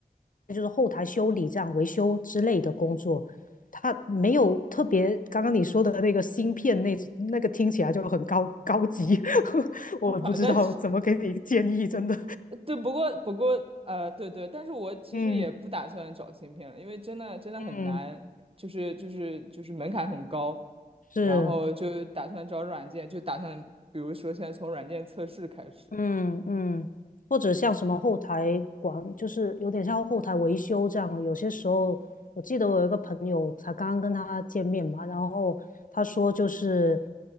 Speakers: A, on the left (about 55°); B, on the right (about 35°).
A: 就是后台修理这样维修之类的工作，他没有特别刚刚你说的那个芯片那那个听起来就很高高级，<laughs> 我不知道怎么给你建议，
B: <laughs> 那
A: 真的，
B: 对，不过不过呃，对对，但是我其实也不打算找芯片了，
A: <laughs> 嗯
B: 因为真的真的很难，
A: 嗯
B: 就是就是就是门槛很高，
A: 是。
B: 然后就打算找软件，就打算比如说现在从软件测试开始。
A: 嗯嗯，或者像什么后台管，就是有点像后台维修这样。有些时候，我记得我有一个朋友，才刚刚跟他见面嘛，然后他说就是